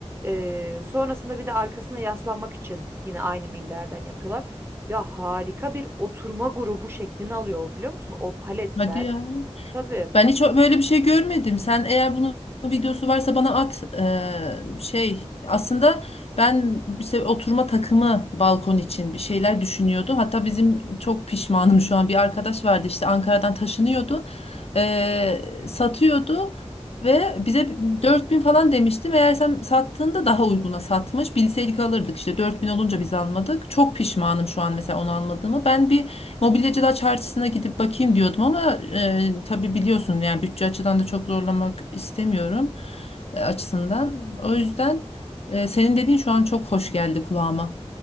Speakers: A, on the right (about 20°); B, on the left (about 65°).
A: Ee, sonrasında bir de arkasına yaslanmak için yine aynı minderden yapıyorlar. Ya harika bir oturma grubu şeklini alıyor o biliyor musun? O paletler.
B: Hadi ya.
A: Tabii.
B: Ben hiç o- böyle bir şey görmedim. Sen eğer bunun videosu varsa bana at. Ee, şey aslında ben işte oturma takımı balkon için bir şeyler düşünüyordu. Hatta bizim çok pişmanım şu an bir arkadaş vardı işte Ankara'dan taşınıyordu. Ee, satıyordu ve bize 4000 falan demişti. Meğersem sattığında daha uyguna satmış. Bilseydik alırdık işte 4000 olunca biz almadık. Çok pişmanım şu an mesela onu almadığımı. Ben bir Mobilyacılar çarşısına gidip bakayım diyordum ama e, tabii biliyorsun yani bütçe açıdan da çok zorlamak istemiyorum e, açısından. O yüzden e, senin dediğin şu an çok hoş geldi kulağıma.